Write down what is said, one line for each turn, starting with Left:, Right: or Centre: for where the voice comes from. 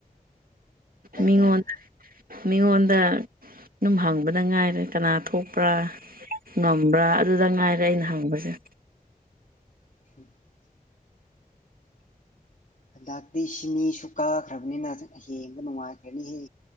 Left: ꯀꯩꯗꯧꯕ
Right: ꯃꯤꯉꯣꯟ ꯃꯤꯉꯣꯟꯗ ꯑꯗꯨꯝ ꯍꯪꯕꯗ ꯉꯥꯏꯔꯦ ꯀꯅꯥ ꯊꯣꯛꯄ꯭ꯔꯥ ꯉꯝꯕ꯭ꯔꯥ ꯑꯗꯨꯗ ꯉꯥꯏꯔꯦ ꯑꯩꯅ ꯍꯪꯕꯁꯦ
Left: <inaudible> ꯍꯟꯗꯛꯇꯤ ꯁꯤꯅꯤꯁꯨ ꯀꯥꯈ꯭ꯔꯕꯅꯤꯅ ꯌꯦꯡꯕ ꯅꯨꯡꯉꯥꯏꯈ꯭ꯔꯅꯤꯍꯦ